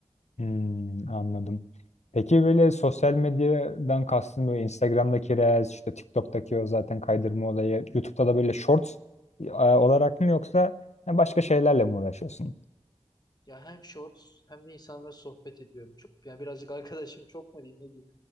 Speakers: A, on the left (about 80°); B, on the left (about 35°).
A: Hmm, anladım. Peki böyle sosyal medyadan kastın böyle Instagram'daki Reels, işte TikTok'taki o zaten kaydırma olayı, YouTube'da da böyle Shorts e, olarak mı yoksa e, başka şeylerle mi uğraşıyorsun?
B: Ya hem shorts hem de insanlarla sohbet ediyorum. Çok yani birazcık <laughs> arkadaşım çok mu diyeyim ne diyeyim.